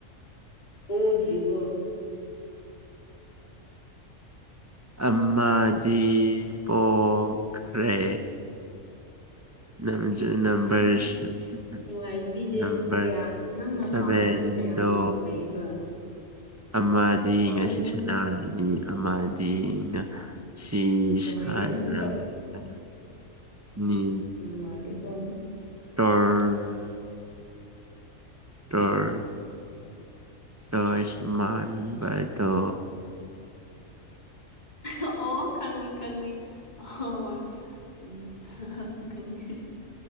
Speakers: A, on the left; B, on the right.
A: ꯄꯣꯗ꯭ꯔꯤꯕꯣ
B: ꯑꯝꯃꯗꯤ ꯄꯣꯈ꯭ꯔꯦ ꯅꯪꯖꯦ ꯅꯝꯕꯔ
A: ꯎꯝ
B: ꯁꯦ <unintelligible>
A: ꯅꯨꯡꯉꯥꯏꯕꯤꯗꯦ
B: ꯅꯝꯕꯔ
A: ꯀꯌꯥ ꯅꯪꯅ
B: ꯁꯕꯦꯟꯗꯣ
A: ꯄꯥꯝꯕꯗꯣ ꯀꯌꯥꯃꯨꯛ ꯂꯩꯕ꯭ꯔꯥ
B: ꯑꯃꯗꯤ
A: ꯑꯣ
B: ꯉꯁꯤ ꯁꯥꯟꯅꯔꯅꯤ ꯑꯃꯗꯤ ꯉ__ ꯉꯁꯤ
A: ꯅꯨꯡꯉꯥꯏꯇꯦ
B: ꯁꯥꯟꯅ
A: ꯅꯪ ꯀꯞ
B: ꯒ ꯅꯤ
A: <unintelligible> ꯀꯣ
B: ꯇꯔ <unintelligible> ꯇꯔ ꯇꯣꯏꯁ ꯃꯥꯟꯕꯗꯣ
A: ꯑꯣ ꯈꯪꯉꯦ ꯈꯪꯉꯦ ꯍꯍꯣꯏ <unintelligible> ꯈꯪꯉꯦ